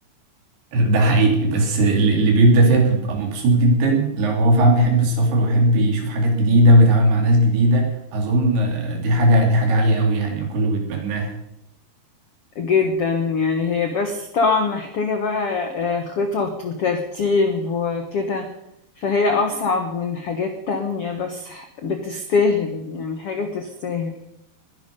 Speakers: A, on the right; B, on the left.
A: ده حقيقي بس اللي اللي بيبدأ فيها بيبقى مبسوط جدا لو هو فعلا بيحب السفر ويحب يشوف حاجات جديدة ويتعامل مع ناس جديدة اظن آه، دي حاجة دي حاجة عالية قوي يعني وكله بيتمناها
B: جدا يعني هي بس طبعا محتاجة بقى آه، خطط وترتيب وكده فهي أصعب من حاجات تانية بس ح- بتستاهل يعني حاجة تستاهل